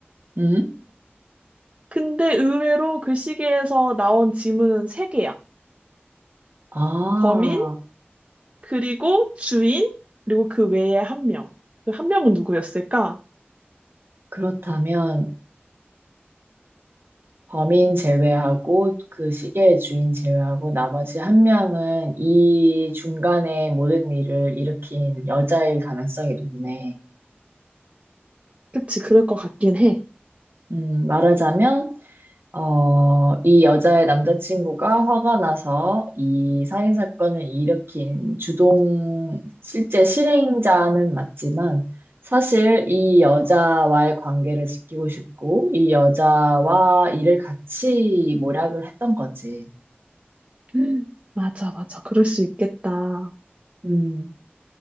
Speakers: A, on the right; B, on the right.
A: 음?
B: 근데 의외로 그 시계에서 나온 지문은 세개야
A: 아,
B: 범인, 그리고 주인, 그리고 그 외에 한 명. 그 한 명은 누구였을까?
A: 그렇다면. 범인 제외하고 그 시계의 주인 제외하고 나머지 한 명은 이 중간에 모든 일을 일으킨 여자일 가능성이 높네.
B: 그치, 그럴 것 같긴 해.
A: 음, 말하자면, 어, 이 여자의 남자친구가 화가 나서 이 살인 사건을 일으킨 주동, 실제 실행자는 맞지만, 사실 이 여자와의 관계를 지키고 싶고, 이 여자와 일을 같이 모략을 했던 거지.
B: 음. 맞아, 맞아. 그럴 수 있겠다.
A: 음,